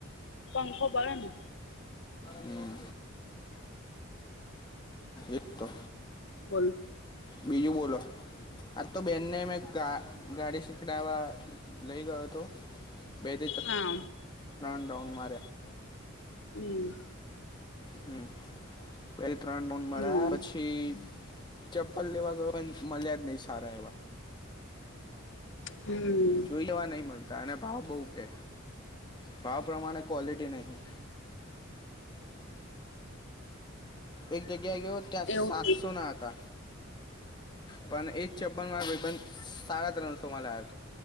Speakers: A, on the left; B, on the left.
A: પંખો ભે ને
B: હમ ગટ તો
A: બોલ
B: બીજું બોલો આજ તો બેનને મેંા ગાડી શીખડાવા લઈ ગયો હતો બેદર ત
A: હા
B: રન ડઉન માર્યા
A: હમ
B: હમ પેલી ત્રણ રઉડ મળરા્યા
A: હમ
B: પછી ચપ્પલ લેવા ગ પણ મલ્યાદ નહી સારા એવા
A: હમ
B: જોઈ લેવા નહી મળતા અને ભાવ બહુ કે ભાવ પ્રમાણે ક્વોલિટી નહીં એક જગ્યા ્યા ગયો ત્યાં
A: એવું
B: સાતસો
A: કઈ
B: ના હતા પણ એજ ચપ્પન માબંધ સાડા ત્રણસો માં લ